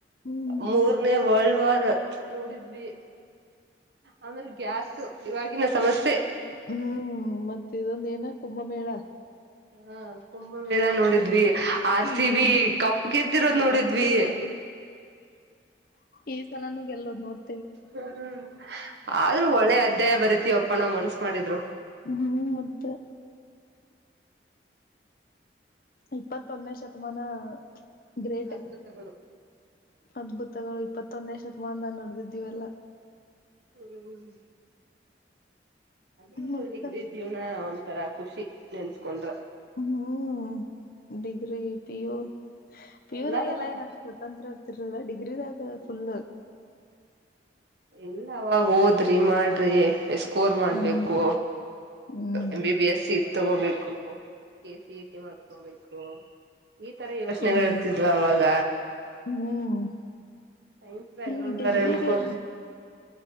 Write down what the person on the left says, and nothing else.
ಹ್ಮ್
ಹ್ಮ್ ಮತ್ತೆ ಇನ್ನೊಂದು ಏನು ಕುಂಭಮೇಳ
ಹ್ಮ್
ನೋಡಿ ಈ ಸಲನು ಗೆಲ್ಲುದ್ ನೋಡ್ತಿ
ಹ್ಮ್ ಮತ್ತೆ ಇಪ್ಪತ್ತೊನ್ನೇ ಶತಮಾನ ಗ್ರೇಟ್
ಐತ್ ಅದ್ಭುತಗಳು ಇಪ್ಪತ್ತೊಂದ್ನೇ ಶತಮಾನದ ನಡ್ದಿದ್ ಇವೆಲ್ಲ
ಮತ್ತ
ಹ್ಮ್ degree P U P U
ದಾಗ ಎಲ್ಲ ಏನ ಸ್ವತಂತ್ರ ಇರ್ತಿರ್ಲಲ್ಲ ಡಿಗ್ ಗಿರಿದ ಕಲರ್ ಫುಲ್
ಹ್ಮ್ ಹ್ಮ್
ಇಂಜಿನ್
ಹ್ಮ್
ನೀ ಡಿಗ್ರಿಗೆನು